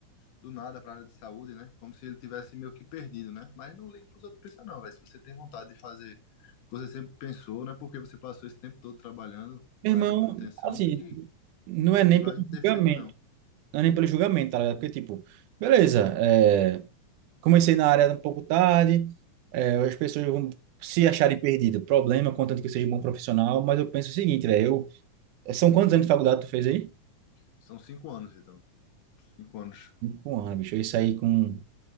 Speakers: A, on the left; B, on the right.
A: do nada pra área de saúde, né? Como se ele tivesse meio que perdido, né? Mas não liga pros outros pensar, não, velho. Se você tem vontade de fazer o que você sempre pensou, não é porque você passou esse tempo todo trabalhando
B: Meu
A: na
B: irmão,
A: área de manutenção
B: assim,
A: que,
B: não é nem
A: que vai
B: pelo
A: interferir,
B: julgamento,
A: não.
B: não é nem pelo julgamento, tá ligado? Porque, tipo, beleza, é, comecei na área um pouco tarde, é, as pessoas vão se acharem perdido, problema, contanto que eu seja um bom profissional, mas eu penso o seguinte, velho, eu, são quantos anos de faculdade tu fez aí?
A: São cinco anos, então. Cinco anos.
B: Cinco anos, bicho, eu saí com